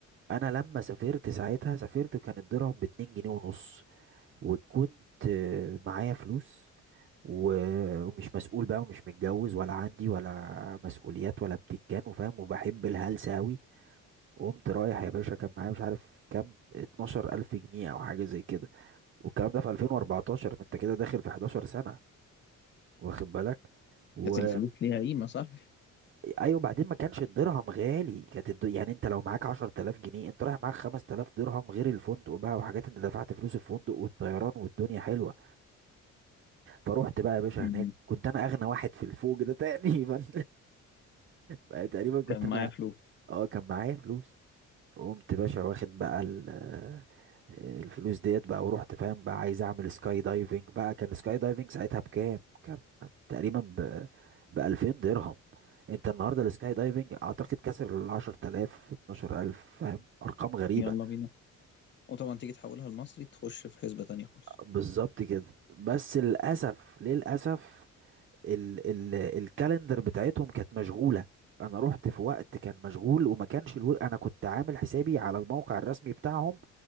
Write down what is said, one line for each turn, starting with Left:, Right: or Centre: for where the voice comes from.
Right: انا لما سافرت ساعتها سافرت وكان الدرهم ب 2 جنيه ونص وكنت آه، معايا فلوس و- ومش مسؤول بقى ومش متجوز ولا عندي ولا مسؤوليات ولا بتنجان وفاهم وبحب الهلسة أوي وقمت رايح يا باشا كان معايا مش عارف كام 12 ألف جنيه أو حاجة زي كده والكلام ده في 2014 فأنت كده داخل في 11 سنة واخد بالك و
Left: كانت الفلوس ليها قيمة صح؟
Right: أيوة بعدين ما كانش الدرهم غالي كانت الد... يعني أنت لو معاك 10000 جنيه أنت رايح معاك 5000 درهم غير الفندق بقى وحاجات أنت دفعت فلوس الفندق والطيران والدنيا حلوة فروحت بقى يا باشا
Left: مم.
Right: هناك كنت انا اغنى واحد في الفوج ده تقريبا <laughs> بقى تقريبا كنت
Left: كان معايا
Right: انا
Left: فلوس
Right: اه كان معايا فلوس وقمت باشا واخد بقى ال- آه، الفلوس ديت بقى ورحت فاهم بقى عايز اعمل سكاي دايفنج بقى كان سكاي دايفنج ساعتها بكام كان تقريبا ب ب 2000 درهم انت النهارده السكاي دايفنج اعتقد كسر ال 10000 12000 فاهم ارقام غريبة
Left: يلا بينا وطبعا تيجي تحولها لمصري تخش في حسبة تانية خالص
Right: بالظبط كده بس للاسف للاسف ال ال الكالندر بتاعتهم كانت مشغولة انا رحت في وقت كان مشغول وما كانش الو... انا كنت عامل حسابي على الموقع الرسمي بتاعهم